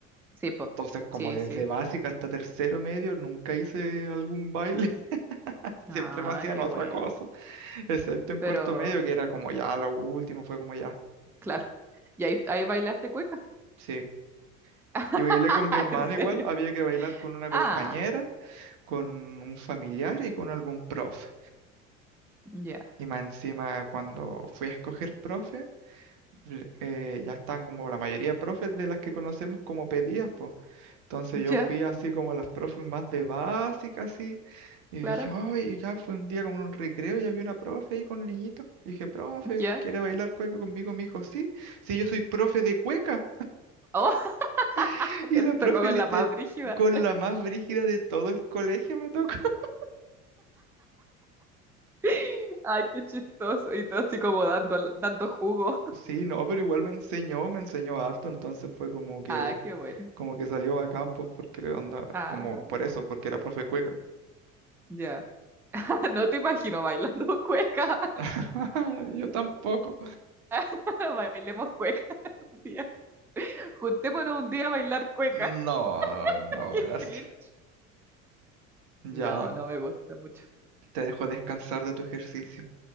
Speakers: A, in the centre; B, on the right (about 55°).
A: Sí, po.
B: Entonces como
A: Sí,
B: desde
A: sí.
B: básica hasta tercero medio nunca hice algún baile, <laughs> siempre
A: Ah,
B: me hacían
A: qué
B: otra
A: bueno.
B: cosa. Excepto en
A: Pero,
B: cuarto medio, que era como ya la última, fue como ya.
A: claro. ¿Y ahí, ahí bailaste cueca?
B: Sí.
A: <laughs>
B: Y bailé con mi hermana
A: ¿En serio?
B: igual, había que bailar con una compañera,
A: Ah,
B: con un familiar y con algún profe.
A: ya,
B: Y más encima, cuando fui a escoger profe, l- eh, ya están como la mayoría de profes de las que conocemos como pedidas, pues. Entonces yo
A: ya,
B: fui así como las profes más de básica, así. Y
A: claro,
B: dije, ay ya fue un día como en un recreo y había una profe ahí con niñitos dije, profe,
A: ya.
B: ¿quiere bailar cueca conmigo? Me dijo, sí, sí, yo soy profe de cueca.
A: Oh.
B: <laughs> Y
A: Te
B: la
A: tocó
B: profe
A: con
B: literal,
A: la más brígida.
B: con la más brígida de todo el colegio me tocó. <laughs>
A: <laughs> Ay, qué chistoso. Y todo así como dando, dando jugo.
B: Sí, no, pero igual me enseñó, me enseñó harto, entonces fue como que,
A: Ah, qué bueno.
B: como que salió a campo, porque onda,
A: Ah,
B: como por eso, porque era profe de cueca.
A: ya. <laughs> No te imagino bailando cueca.
B: <laughs> Yo tampoco.
A: <laughs> Bailemos cueca <laughs> un día. Juntémonos un día a bailar cueca.
B: No,
A: <laughs>
B: no,
A: Qué
B: gracias.
A: cringe.
B: Ya,
A: No, no me gusta mucho.
B: te dejo descansar de tu ejercicio.